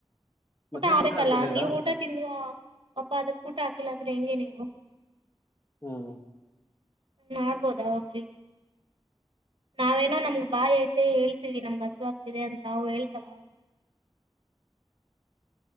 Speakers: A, on the right (about 60°); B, on the left (about 25°).
A: ಊಟ
B: ಮಧ್ಯಾಹ್ನ
A: ಆಗ್ಬೇಕಲ್ಲ!
B: ಹಾಕಿರ್ಲಿಲ್ಲ
A: ನೀವು, ಊಟ ತಿದ್ವ. <inaudible> ಪಾಪಾ ಅದಕ್ಕೆ ಊಟ ಹಾಕಿಲ್ಲ ಅಂದ್ರೆ ಹೆಂಗೆ ನೀವು? <inaudible>
B: ಹ್ಮ್
A: ನೋಡುಬೋಹುಧ, ಹೋಗ್ಲಿ ನಾವೇನೋ ನಮಗ. <inaudible> ಬಾಯಿ, ಐತೆ ಹೇಳ್ತೀವಿ! ನಮ್ಗೆ, ಹಸು ಆಗ್ತಿದೆ ಅಂತ, ಅವರು ಹೇಳ್ತಾರ? <inaudible>